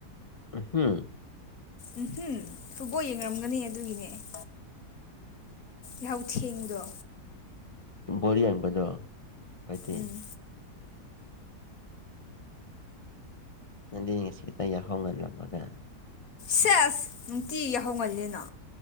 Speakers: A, on the left; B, on the left.
A: ꯎꯝ
B: ꯎꯝꯍꯝ ꯐꯨꯠꯕꯣꯜ ꯌꯦꯡꯅꯔꯝꯒꯅꯤ ꯑꯗꯨꯒꯤꯅꯦ ꯑꯩ ꯌꯥꯍꯧ ꯊꯦꯡꯕꯗꯣ
A: ꯣꯔꯤ ꯍꯥꯏꯡꯄꯗꯣ ꯀꯥꯏꯇ
B: ꯎꯝ
A: ꯅꯗꯤ ꯉꯁꯤ ꯈꯤꯇ ꯌꯥꯍꯧ ꯉꯜꯂꯝꯃꯒ
B: ꯁꯦꯁ ꯅꯨꯡꯇꯤ ꯌꯥꯍꯧꯒꯜꯂꯤꯅꯥ